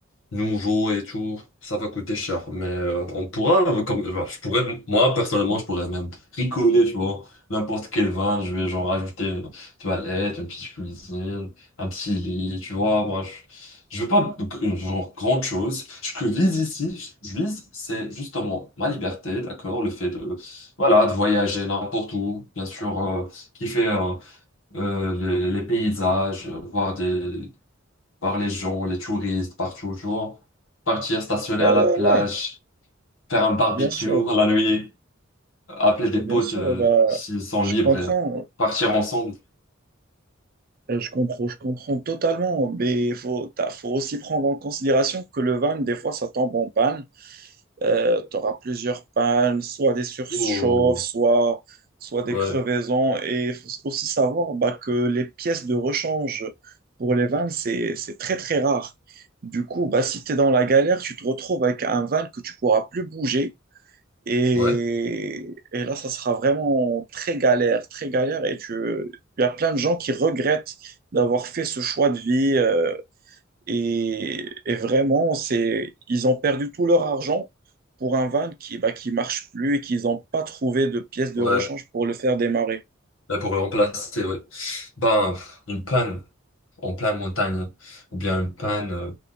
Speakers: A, on the left; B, on the right.
A: nouveau et tout, ça va coûter cher. Mais euh, on pourra, euh, comme, enfin, je pourrais, moi personnellement, je pourrais même bricoler, tu vois, n'importe quel vin, je vais genre rajouter une toilette, une petite cuisine, un petit lit, tu vois, moi, je, je veux pas une genre grande chose. Ce que vise ici, je vise, c'est justement ma liberté, d'accord, le fait de, voilà, de voyager n'importe où, bien sûr, euh, kiffer euh, euh, les, les paysages, euh, voir des par les gens, les touristes, partout, tu vois. Partir stationner
B: Ouais,
A: à
B: ouais,
A: la plage,
B: ouais,
A: faire un barbecue
B: bien sûr,
A: à la nuit, appeler des
B: bien
A: potes
B: sûr,
A: euh,
B: bah,
A: s'ils sont
B: je
A: libres,
B: comprends,
A: et partir ensemble.
B: euh, je comprends, je comprends totalement, mais il faut, t'as- faut aussi prendre en considération que le van, des fois, ça tombe en panne. tu auras plusieurs pannes, soit des surchauffes,
A: Ouh,
B: soit, soit des
A: ouais,
B: crevaisons. Et il faut aussi savoir bah, que les pièces de rechange pour les vannes, c'est, c'est très, très rare. Du coup, bah, si tu es dans la galère, tu te retrouves avec un van que tu pourras plus bouger. Et,
A: ouais,
B: et là, ça sera vraiment très galère, très galère. Et tu, il y a plein de gens qui regrettent d'avoir fait ce choix de vie. euh, et, et vraiment, c'est, ils ont perdu tout leur argent pour un van qui, bah, qui marche plus et qu'ils n'ont pas trouvé de pièces de
A: ouais.
B: rechange pour le faire démarrer.
A: Et pour remplacer, ouais. Ben, une panne en pleine montagne, ou bien une panne euh,